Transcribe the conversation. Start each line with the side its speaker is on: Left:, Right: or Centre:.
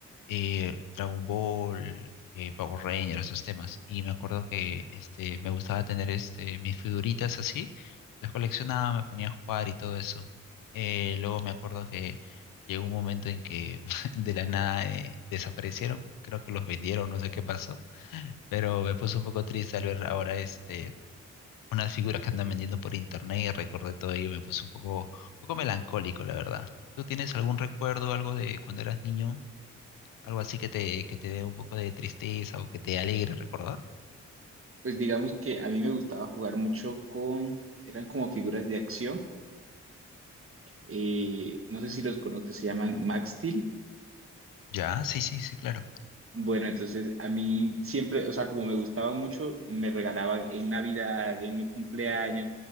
Left: eh, Dragon Ball, eh, Power Rangers, esos temas. Y me acuerdo que este, me gustaba tener este, mis figuritas así, las coleccionaba, me ponía a jugar y todo eso. Eh, luego me acuerdo que llegó un momento en que <laughs> de la nada eh, desaparecieron. Creo que los vendieron, no sé qué pasó, pero me puso un poco triste al ver ahora este, unas figuras que andan vendiendo por internet y recordé todo ello, me puso un poco, un poco melancólico, la verdad. ¿Tú tienes algún recuerdo, algo de cuando eras niño? Algo así que te, que te dé un poco de tristeza o que te alegre recordar.
Right: Pues digamos que a mí me gustaba jugar mucho con, eran como figuras de acción, eh, no sé si los conoces, se llaman Max Steel.
Left: Ya, sí, sí, sí, claro.
Right: Bueno, entonces a mí siempre, o sea, como me gustaban mucho, me regalaban en Navidad, en mi cumpleaños,